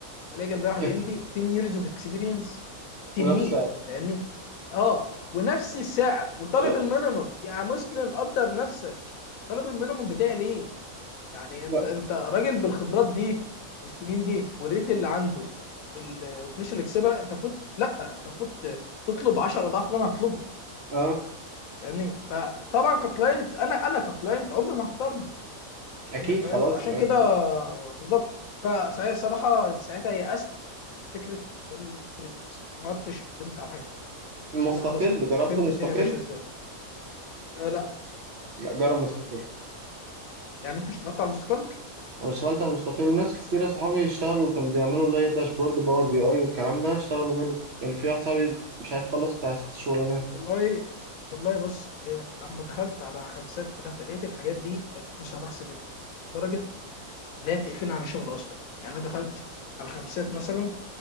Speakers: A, on the left; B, on the right.
A: الاقي جنبي
B: <laughs>
A: واحد هندي 10 years of experience تنين
B: منافسة
A: فاهمني اه ونفس السعر وطالب
B: <laughs>
A: المينيموم يا مسلم قدر نفسك طالب المينيموم بتاعي ليه يعني انت
B: لا
A: انت راجل بالخبرات دي والسنين دي والريت اللي عنده والفلوس اللي كسبها انت المفروض لا انت المفروض تطلب 10 اضعاف اللي انا هطلبه
B: اه
A: يعني فطبعا ككلاينت انا انا ككلاينت عمري ما هختارني
B: اكيد
A: لان انا فاهم
B: خلاص
A: فعشان
B: آه،
A: كده بالظبط فساعتها صراحه ساعتها يأست من فكره الفريلانس ما عدتش قدمت على حاجه تانيه
B: مستقل
A: لان خلاص كده
B: جربت
A: انا فهمت
B: مستقل
A: الدنيا ماشيه ازاي أه لا
B: لا جرب مستقل
A: يعني انت اشتغلت على المستقل
B: انا اشتغلت على مستقل وناس كتيرة صحابي اشتغلوا كان بيعملوا اللي هي داشبورد باور بي اي والكلام ده اشتغلوا منه يعني في واحد صاحبي مش عارف خلص بتاع ست شغلانات
A: والله والله بص هي لما دخلت على خمسات دخلت لقيت الحاجات دي فلوسها بخسة جدا لدرجة لا تقفلني عن الشغل أصلا يعني أنا دخلت على خمسات مثلا